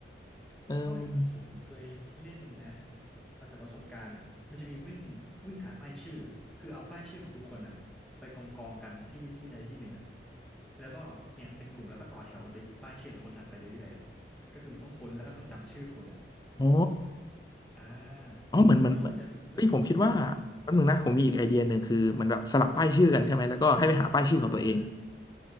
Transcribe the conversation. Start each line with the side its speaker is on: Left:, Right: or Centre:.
Left: เออ
Centre: เท่าที่ผมเคยเล่นนะเอาจากประสบการณ์เนี่ยมันจะมีวิ่งวิ่งหาป้ายชื่อคือเอาป้ายชื่อของทุกคนอ่ะไปกองกองกันที่ที่ใดที่หนึ่งอ่ะแล้วก็เนี่ยเป็นกลุ่มแล้วก็ต่อแถวกันไปหยิบป้ายชื่อของคนถัดไปเรื่อยๆอ่ะก็คือมันต้องค้นแล้วก็ต้องจำชื่อคนอ่ะ
Left: โอ้
Centre: อ่า
Left: อ๋อเหมือนเหมือนเหมือนเฮ้ยผมคิดว่า
Centre: คือน้องก็จะเริ่มคุ้นชื่อคน
Left: แป๊บนึงนะผมมีอีกไอเดียหนึ่งคือเหมือนแบบสลับป้ายชื่อกันใช่ไหมแล้วก็ให้ไปหาป้ายชื่อของตัวเอง
Centre: อ่า